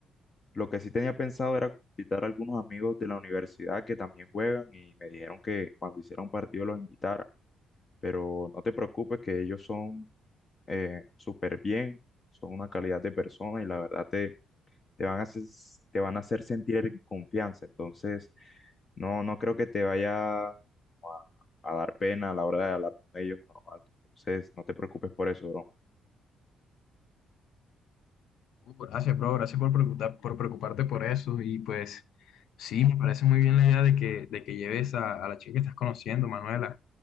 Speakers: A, on the left (about 40°); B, on the left (about 75°).
A: Lo que sí tenía pensado era invitar a algunos amigos de la universidad que también juegan y me dijeron que cuando hiciera un partido los invitara. Pero no te preocupes que ellos son eh, súper bien, son una calidad de persona y la verdad te, te van a hacer, te van a hacer sentir en confianza. Entonces, no, no creo que te vaya a, a dar pena a la hora de hablar con ellos normal. Entonces, no te preocupes por eso, bro.
B: Uh, Gracias, bro. Gracias por preguntar, por preocuparte por eso. Y pues, sí, me parece muy bien la idea de que, de que lleves a, a la chica que estás conociendo, Manuela.